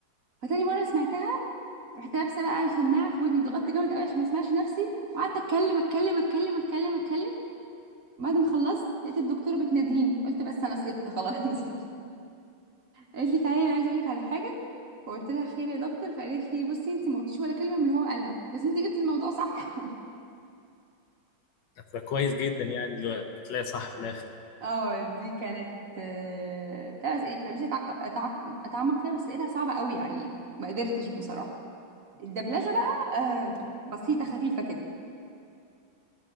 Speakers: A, on the right (about 50°); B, on the left (about 70°).
A: فتاني مرة سمعتها رحت لابسه بقى السماعه في ودني وضغطت جامد قوي عشان ما اسمعش نفسي وقعدت اتكلم اتكلم اتكلم اتكلم اتكلم بعد ما خلصت لقيت الدكتوره بتناديني قلت بس انا سقطت خلاص <laughs> قالت لي تعالي انا عايزه اقول لك على حاجه فقلت لها خير يا دكتور فقالت لي بصي انت ما قلتيش ولا كلمه من اللي هو قالها بس انت جبتي الموضوع صح
B: فكويس جدا يعني اللي هتلاقي صح في الاخر
A: <laughs> اه دي كانت آه، بتاع بس ايه كان نفسي أتعق- أتعق- اتعمق فيها بس لقيتها صعبه قوي يعني ما قدرتش بصراحه الدبلجه بقى آه، بسيطه خفيفه كده